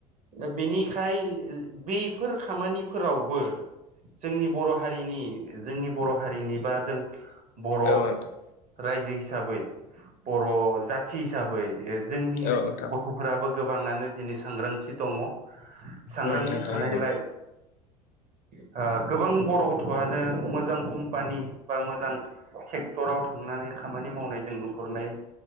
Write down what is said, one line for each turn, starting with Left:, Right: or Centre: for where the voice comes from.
Right: दा बेनिखाय बेफोर खामानिफोरावबो जोंनि बर' हारिनि जोंनि बर' हारिनि बा जों बर'
Left: औ नोंथां
Right: रायजो हिसाबै बर' जाथि हिसाबै जोंनि
Left: औ नोंथां
Right: गथ'फ्राबो गोबाङानो दिनै सांग्रांथि दङ सांग्रांथि
Left: उम नोंथां
Right: थानायलाय
Left: नंगौ
Right: ओ गोबां बर' गथ'आनो मोजां कम्पानि बा मोजां सेक्टराव थांनानै खामानि मावनाय जों नुहुरनाय